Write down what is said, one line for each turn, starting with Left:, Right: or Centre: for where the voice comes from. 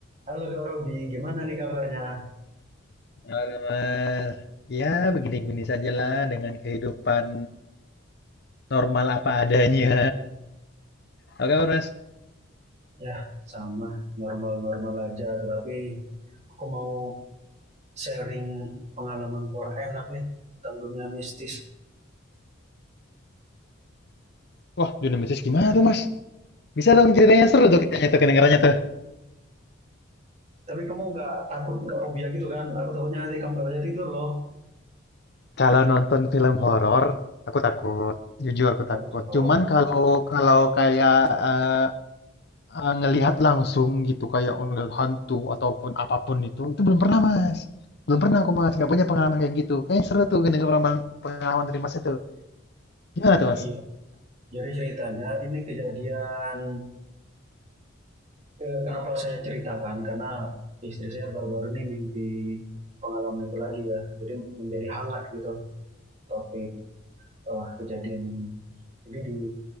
Right: Halo Kak Robi, gimana nih kabarnya?
Left: Halo Mas, ya begini-begini sajalah dengan kehidupan normal apa adanya. Oke Mas,
Right: Ya, sama, normal-normal aja. Tetapi aku mau sharing pengalaman kurang enak nih tentang dunia mistis.
Left: wah Dunamis gimana tuh Mas? Bisa dong ceritanya
Right: Iya.
Left: seru tuh kayaknya tuh kedengarannya tuh.
Right: Tapi kamu nggak takut, nggak fobia gitu kan? Aku takutnya nanti kamu nggak bisa tidur loh.
Left: Kalau nonton film horor, aku takut, jujur aku
Right: Oh,
Left: takut.
Right: gitu.
Left: Cuman kalau kalau kayak eh, eh, ngelihat langsung gitu kayak ngelihat hantu ataupun apapun itu, itu belum pernah Mas. Belum pernah aku Mas, nggak punya pengalaman kayak gitu. Kayaknya seru tuh dengar pengalaman pengalaman dari Mas itu. Gimana tuh Mas?
Right: Iya. Jadi ceritanya ini kejadian, eh, kenapa saya ceritakan? Karena istri saya baru-baru ini mimpi pengalaman itu lagi ya. Jadi menjadi hangat gitu topik eh, kejadian ini. Jadi di